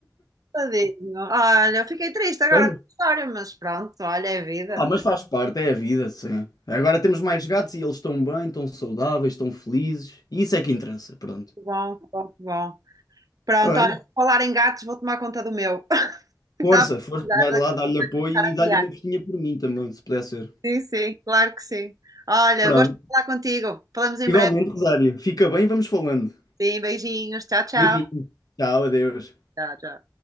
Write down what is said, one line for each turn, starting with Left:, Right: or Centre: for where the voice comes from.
Right: Tadinho. Olha, eu fiquei triste agora
Left: Olha,
Right: com a história, mas pronto, olha, é vida.
Left: ah, mas faz parte, é a vida, sim. Agora temos mais gatos e eles estão bem, estão saudáveis, estão felizes, e isso é que interessa, pronto.
Right: Bom, bom, bom. Pronto,
Left: Olha,
Right: olha, por falar em gatos, vou tomar conta do meu. <laughs> Estava
Left: força,
Right: a
Left: força,
Right: precisar
Left: vai lá,
Right: de
Left: dá-lhe
Right: de
Left: apoio
Right: começar
Left: e
Right: a
Left: dá-lhe
Right: guiar.
Left: uma festinha por mim também, se puder ser.
Right: Sim, sim, claro que sim. Olha,
Left: Pronto.
Right: gosto de falar contigo. Falamos em
Left: Igualmente,
Right: breve.
Left: Rosário, fica bem, vamos falando.
Right: Sim, beijinhos. Tchau, tchau.
Left: Beijinho. Tchau, adeus.
Right: Tchau, tchau.